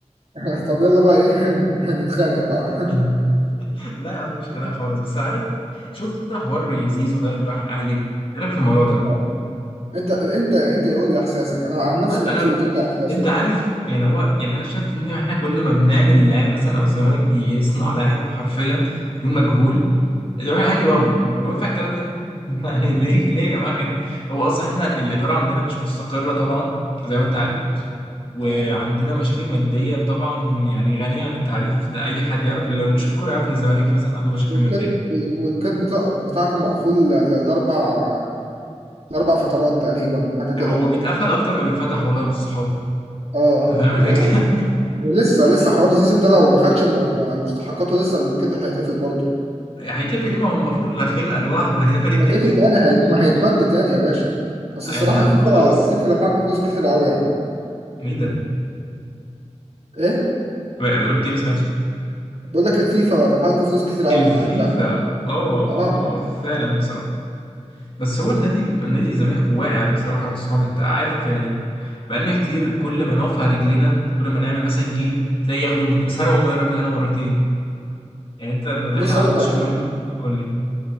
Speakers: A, on the right (about 60°); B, on the left (about 45°).
A: <laughs> طب يلا بقى ايه <laughs> هن- هنتخانق بقى
B: <laughs> لا يا عم مفيش خناقه
A: <laughs>
B: خالص بس عارف شفت انت حوار يا زيزو ده اللي راح الاهلي ايه رايك في الموضوع ده
A: اه. انت انت انت يقول لي احساسك انا عن نفسي مبسوط
B: انا
A: انت إيه احساسك
B: انت عارف يعني هو يعني انا شايف ان احنا كل ما بنعمل لاعب مثلا او الزمالك بيصنع لاعب حرفيا يكون مجهول يروح الاهلي واخده طب هو ينفع الكلام ده <laughs> يعني ليه ليه يا جماعه كده هو اصلا احنا الاداره عندنا مش مستقره طبعا زي ما انت عارف وعندنا
A: اه
B: مشاكل ماديه طبعا يعني غنيه عن التعريف ده اي حد يعرف لو مش في الكوره يعرف ان الزمالك مثلا عنده مشاكل
A: والكيد
B: ماديه
A: والكيد بتاع بتاعكم مقفول ل- ل- لأربع لأربع فترات تقريبا حاجة كده
B: هو بيتقفل اكتر ما بيتفتح والله بالصحاب
A: اه
B: أنت فاهم
A: و-
B: الفكرة؟
A: ولسه لسه حوار زيزو ده لو ما خدش م- م- مستحقاته لسه الكيد هيتقفل برضه
B: <laughs> هيتقفل ليه ما هو مقفول خلقة لوحده هيتقفل إيه تاني؟
A: هيتقفل تاني هيت... ما هيتمد تاني يا باشا بس الصراحة
B: يعني
A: الفيفا
B: خلاص
A: الفيفا دفع لكم فلوس كتير قوي يعني
B: مين ده؟
A: ايه
B: ما- قلت إيه ما سمعتش
A: بقول لك الفيفا دفع لكم فلوس كتير قوي
B: الفيفا
A: يعني ده
B: آه آه
A: اه
B: آه فعلا بصراحة بس هو النادي نادي الزمالك واقع بصراحة والصعب أنت عارف يعني بقالنا كتير كل ما نقف على رجلينا كل ما نعمل مثلا جيل تلاقي ياخدوا الم... سرقوا المدرب بتاعنا مرتين يعني أنت داخل
A: بص
B: على
A: اقول
B: ماتش
A: لك على
B: مهم
A: حاجة
B: قول لي